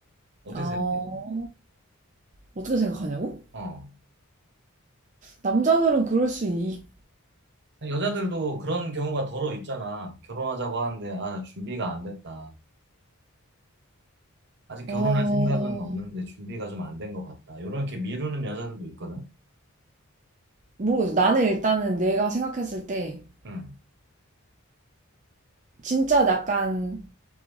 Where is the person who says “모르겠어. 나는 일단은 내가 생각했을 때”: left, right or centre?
Right